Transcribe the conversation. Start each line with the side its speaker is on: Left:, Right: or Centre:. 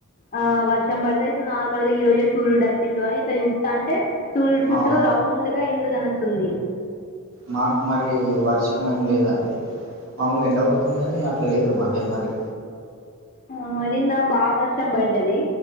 Left: ఆ వర్షం పడుతే నార్మల్గా ఈ ఈ రోజే సూర్యుడు అచ్చిండు అని ఇట్లా చూస్తాంటే సూర్యుడు చుట్టూ
Right: అవునా
Left: రౌండ్ గా ఇంద్రధనస్సు ఉంది
Right: మాకు మరి వర్షం ఏమి లేదండి మామలుగా ఎండకోడుతుంది కాగానీ అట్లా లేదు మాకు బే మరి
Left: ఉహ్ నిన్న బా వర్షం పడ్డది